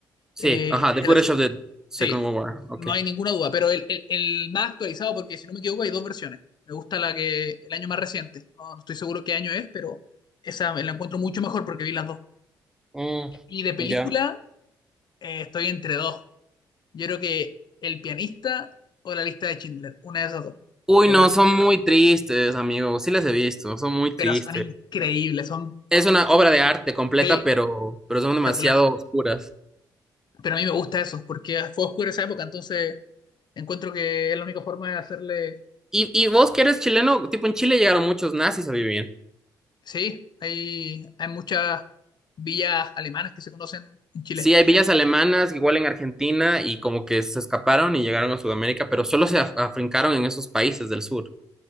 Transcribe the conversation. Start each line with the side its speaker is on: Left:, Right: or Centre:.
Centre: Sí,
Left: eh,
Centre: ajá, The
Left: de
Centre: Footage
Left: la,
Centre: of the Second
Left: Sí,
Centre: World War, ok.
Left: no hay ninguna duda, pero el, el- el más actualizado, porque si no me equivoco hay dos versiones. Me gusta la que el año más reciente, no, no estoy seguro qué año es, pero esa la encuentro mucho mejor porque vi las dos.
Centre: Mm,
Left: Y de película
Centre: ya.
Left: eh, estoy entre dos. Yo creo que El pianista o La lista de Schindler, una de esas dos,
Centre: Uy,
Left: me
Centre: no,
Left: parece.
Centre: son muy tristes, amigo. Sí las he visto, son muy
Left: Pero
Centre: tristes.
Left: son increíbles, son
Centre: Es una obra de arte completa,
Left: sí,
Centre: pero, pero son
Left: espectacular.
Centre: demasiado oscuras.
Left: Pero a mí me gusta eso, porque fue oscuro esa época, entonces encuentro que es la única forma de hacerle
Centre: Y, y vos que eres chileno, tipo en Chile llegaron muchos nazis a vivir.
Left: Sí, hay, hay muchas villas alemanas que se conocen en Chile.
Centre: Sí, hay villas alemanas, igual en Argentina, y como que se escaparon y llegaron a Sudamérica, pero solo se af- afrincaron en esos países del sur.